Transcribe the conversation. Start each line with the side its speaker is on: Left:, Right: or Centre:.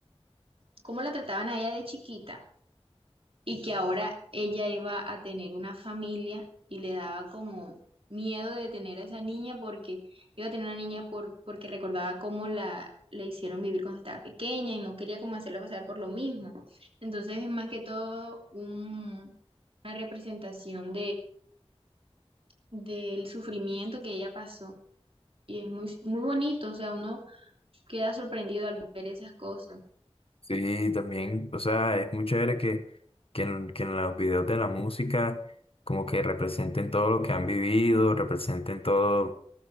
Right: cómo la trataban a ella de chiquita y que ahora ella iba a tener una familia y le daba como miedo de tener a esa niña porque iba a tener una niña por, porque recordaba cómo la le hicieron vivir cuando estaba pequeña y no quería como hacerla pasar por lo mismo. Entonces es más que todo un- una representación del sufrimiento que ella pasó. Y es muy, muy bonito, o sea, uno queda sorprendido al ver esas cosas.
Left: Sí, también, o sea, es muy chévere que, que, en, que en los videos de la música como que representen todo lo que han vivido, representen todo,